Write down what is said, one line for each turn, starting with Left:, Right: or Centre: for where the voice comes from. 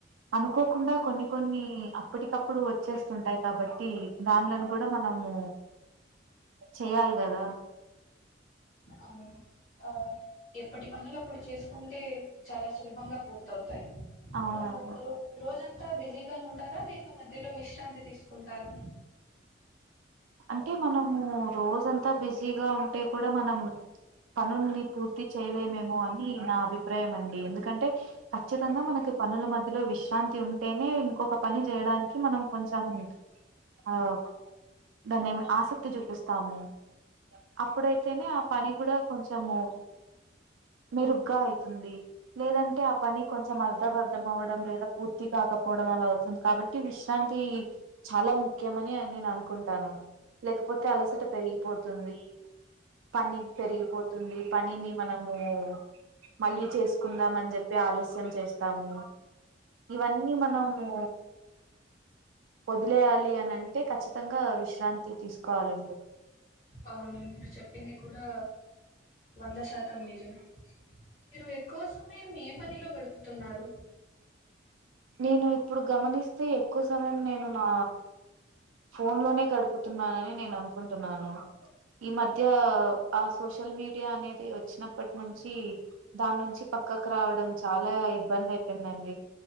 Right: అనుకోకుండా కొన్ని కొన్ని అప్పటికప్పుడు వచ్చేస్తుంటాయి కాబట్టి దాంలను కూడ మనము చేయాలి కదా
Left: అవును అ ఎప్పటి పనులు ఆప్పుడు చేసుకుంటే చాల సులభంగా పూర్తవుతాయి
Right: అవునండి
Left: ఆ రో రోజంతా బిజీగా ఉంటారా లేక మధ్యలో విశ్రాంతి తీసుకుంటారా
Right: అంటే మనము రోజ అంతా బిజీగా ఉంటే కూడ మనం పనుల్ని పూర్తి చేయలేమేమె అని నా అభిప్రాయం అండి ఎందుకంటే ఖచ్చితంగా మనకి పనుల మధ్యలో విశ్రాంతి ఉంటేనే ఇంకొక పని చేయడానికి మనకి కొంచెం అవును దాన్నిమి ఆసక్తి చూపిస్తాము అప్పుడైతేనే ఆ పని కూడ కొంచము మెరుగ్గా యితుంది లేదంటే ఆ పని కొంచెం అర్ధ అర్ధం అవ్వడం లేక పూర్తి కాకపోవడం ళ అవుతుంది కాబట్టి విశ్రాంతి చాల ముఖ్యమనె నేను అనుకుంట్ టాను లేకపోతే అలసట పెరిగిపోతుంది పని పెరిగిపోతుంది పనిని మనమూ మళ్ళీ చేసుకుందాం అని చెప్పి ఆలస్యం చేస్తాము ఇవన్నీ మనము వదిలేయాలి అని అంటే ఖచ్చితంగా విశ్రాంతి తీసుకోవాలండి
Left: అవును మీరు చెప్పింది కూడా వంద శాతం నిజం మీరు ఏక్కువ సమయం ఏ పనిలో గడుపుతున్నారు
Right: నేను ఇప్పుడు గమనిస్తే ఎక్కువ సమయం నేను నా ఫోన్ లోనే గడుపుతున్నానని నేను అనుకుంటున్నాను ఈ మధ్య ఆ సోషల్ మీడియా అనేది వచ్చినప్పటి నుంచి దాని నుంచి పక్ క్కక్ రావడం చాలా ఇబ్బంది అయిపోయిందండి